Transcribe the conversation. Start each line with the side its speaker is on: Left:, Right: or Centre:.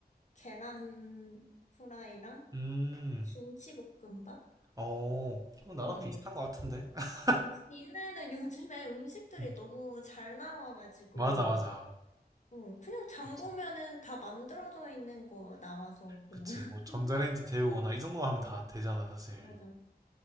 Left: 계란 후라이랑
Right: 음.
Left: 김치볶음밥?
Right: 어, 이거 나랑
Left: 응.
Right: 비슷한 것 같은데? <laughs>
Left: 그 이외에는 요즘에 음식들이
Right: 음,
Left: 너무 잘 나와가지고,
Right: 맞아, 맞아.
Left: 응. 그냥 장
Right: 그치,
Left: 보면은 다 만들어져 있는 거 나와서
Right: 그치.
Left: 그냥. <laughs>
Right: 뭐 전자레인지 데우거나 이 정도만 하면
Left: 응,
Right: 다 되잖아, 사실.
Left: 맞아.